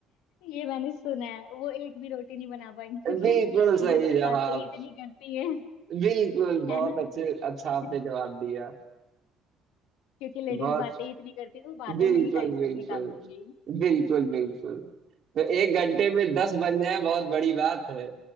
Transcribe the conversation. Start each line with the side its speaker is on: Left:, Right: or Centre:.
Left: ये मैंने सुना है वो एक भी रोटी नहीं बना पाएंगी क्योंकि
Right: बिल्कुल सही
Left: औरतें
Right: जवाब
Left: बातें ही इतनी करती है
Right: बिल्कुल बहुत
Left: है ना
Right: अच्छे अच्छा
Left: <laughs>
Right: आपने जवाब दिया
Left: क्योंकि लेडीज
Right: बहुत
Left: बातें ही इतनी करती है वो बातों
Right: बिल्कुल
Left: में ही टाइम सब
Right: बिल्कुल
Left: निकाल देंगी
Right: बिल्कुल बिल्कुल तो एक घंटे में दस बन जाए बहुत बड़ी बात है